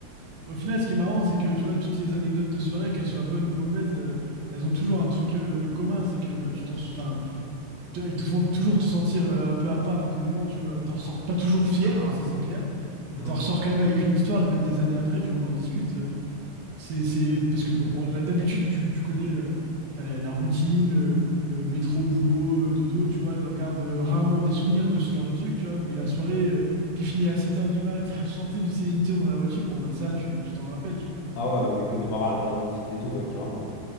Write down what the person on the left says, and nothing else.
non.
Ah ouais, même les Connemara, la dernière musique et tout, ouais, carrément.